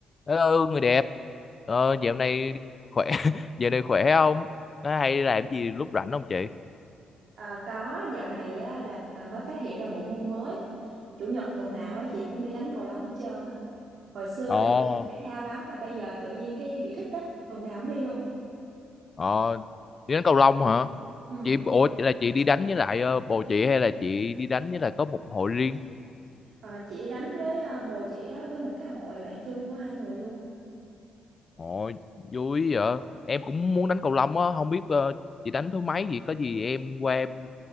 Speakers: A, on the left; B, on the right.
A: Hello người đẹp ờ, dạo này khỏe <laughs> dạo này khỏe không Có hay làm gì lúc rảnh không chị
B: À, có dạo này á, là à, mới phát hiện ra bộ môn mới chủ nhật tuần nào á, chị cũng đi đánh cầu lông hết trơn á hồi xưa
A: Ồ.
B: là chị thích thể thao lắm mà bây giờ tự nhiên cái bị thích á tuần nào cũng đi luôn
A: ờ đi đánh cầu lông hả
B: ừ.
A: chị ủa là chị đi đánh với lại ờ, bồ chị hay là chị đi đánh với lại có một hội riêng
B: À, chị đi đánh với à, bồ chị đó với một cái hội bạn chung của hai người luôn
A: Ồ, vui vậy em cũng muốn đánh cầu lông á không biết ờ, chị đánh thứ mấy vậy có gì em qua em